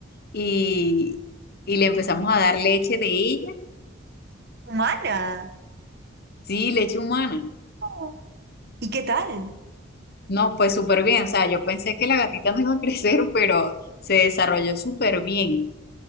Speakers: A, on the left (about 50°); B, on the right (about 55°).
A: y, y le empezamos a dar leche de ella,
B: humana.
A: sí, leche humana.
B: Oh, ¿Y qué tal?
A: No, pues súper bien, o sea, yo pensé que la gatita no iba a <laughs> crecer, pero se desarrolló súper bien.